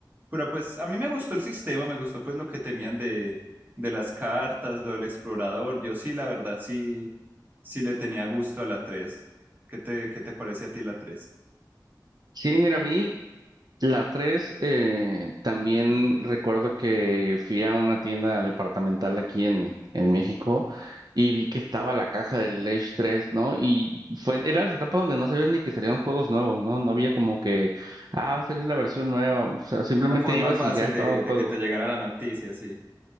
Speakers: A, on the right; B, on the right.
A: Pero pues a mí me gustó el sistema, me gustó pues lo que tenían de, de las cartas, lo del explorador. Yo sí, la verdad, sí, sí le tenía gusto a la 3. ¿Qué te, qué te parece a ti la tres?
B: Sí, mira, a mí La 3 eh, también recuerdo que fui a una tienda departamental aquí en, en México y vi que estaba la caja del Age 3, ¿no? Y fue, era esa etapa donde no sabías ni que salían juegos nuevos, ¿no? No había como que, ah, va a salir la versión nueva, o sea, simplemente
A: Una forma
B: ibas
A: fácil
B: y ya estaba
A: de,
B: un
A: de
B: juego.
A: que te llegara la noticia, sí.